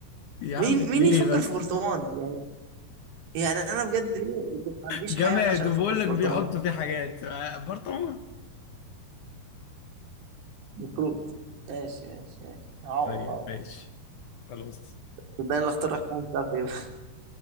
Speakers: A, on the left (about 60°); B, on the right (about 85°).
A: يا عم
B: مين مين يفكر
A: ايه بس
B: في برطمان يعني يعني انا بجد ليه يكون ما عنديش
A: جماد
B: حياه عشان
A: وبقول
B: افكر في
A: لك
B: برطمان
A: بيحطوا فيه حاجات آه، برطمان
B: المفروض ماشي ماشي ماشي هعوض
A: طيب
B: هعوض
A: ماشي خلاص
B: صدقني اللي اختار لك حاجه مش عارف اجيبها